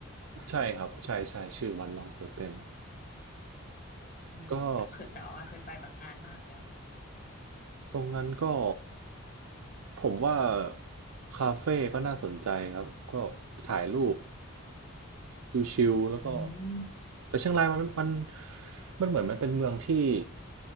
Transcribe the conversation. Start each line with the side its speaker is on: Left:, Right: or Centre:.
Right: ใช่ครับใช่ใช่ชื่อวัดร่องเสือเต้น
Left: อืมแต่เคยแต่ว่าเคยไปแบบนานมากแล้ว
Right: ก็ตรงนั้นก็ผมว่าคาเฟ่ก็น่าสนใจครับก็ถ่ายรูปชิวๆแล้วก็
Left: อืม
Right: แต่เชียงรายมันมันมันเหมือนมันเป็นเมืองที่